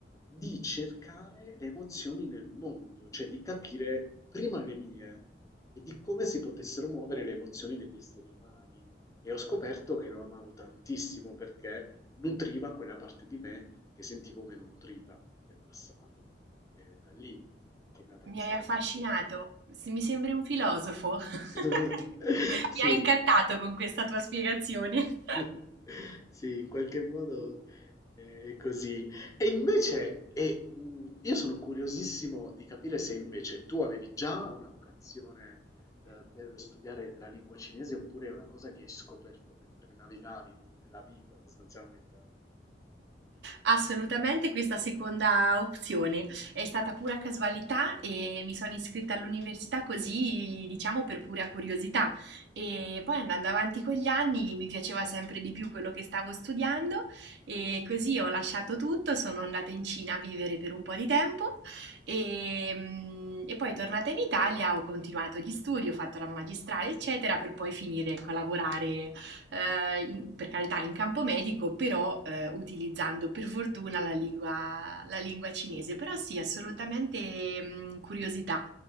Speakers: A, on the left; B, on the right.
A: di cercare le emozioni nel mondo, cioè di capire prima le mie e di come si potessero muovere le emozioni degli esseri umani. E ho scoperto che lo amavo tantissimo perché nutriva quella parte di me che sentivo meno nutrita nel passato. E da lì che è nata
B: Mi
A: questa
B: hai affascinato,
A: vocazione.
B: se mi sembri un filosofo. <laughs>
A: <laughs> Sì,
B: Mi hai incantato con questa tua spiegazione.
A: <laughs> sì, in qualche modo eh, è così. E invece, e, mh, io sono curiosissimo di capire se invece tu avevi già una vocazione eh, per studiare la lingua cinese oppure è una cosa che hai scoperto mentre navigavi nella vita sostanzialmente.
B: Assolutamente questa seconda opzione. È stata pura casualità e mi sono iscritta all'università così, diciamo, per pura curiosità. E poi andando avanti con gli anni mi piaceva sempre di più quello che stavo studiando e così ho lasciato tutto, sono andata in Cina a vivere per un po' di tempo e, mm, e poi tornata in Italia ho continuato gli studi, ho fatto la magistrale, eccetera, per poi finire, ecco, a lavorare eh, in- per carità in campo medico, però eh, utilizzando per fortuna la lingua, la lingua cinese. Però sì,
A: no?
B: assolutamente mh, curiosità.